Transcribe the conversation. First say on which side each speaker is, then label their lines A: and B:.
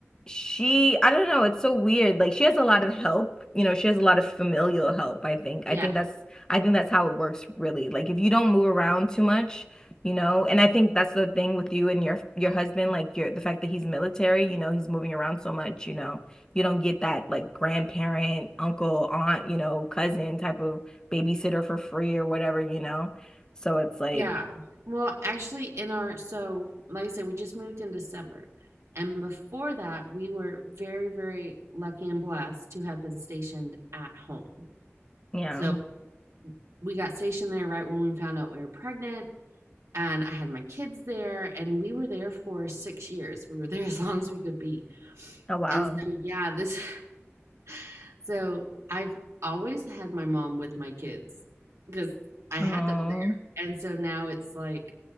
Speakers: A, on the left; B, on the right.
A: she, I don't know, it's so weird. Like she has a lot of help, you know, she has a lot of familial help, I think. I
B: Yeah.
A: think that's I think that's how it works really. Like if you don't move around too much, you know and i think that's the thing with you and your your husband like your the fact that he's military you know he's moving around so much you know you don't get that like grandparent uncle aunt you know cousin type of babysitter for free or whatever you know so it's like
B: Yeah. Well, actually, in our, so like I said, we just moved in December. And before that, we were very, very lucky and blessed to have been stationed at home.
A: yeah
B: So we got stationed there right when we found out we were pregnant. And I had my kids there, and we were there for six years. We were there <laughs> as long as we could be.
A: oh wow
B: And so, yeah, this, <laughs> so I've always had my mom with my kids because I
A: oh
B: had them there. And so now it's like,